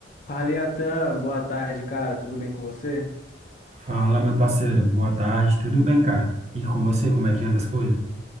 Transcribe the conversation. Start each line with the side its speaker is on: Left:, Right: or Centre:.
Left: Fala, Iatan, boa tarde, cara. Tudo bem com você?
Right: Fala, meu parceiro. Boa tarde. Tudo bem, cara? E com você, como é que anda as coisas?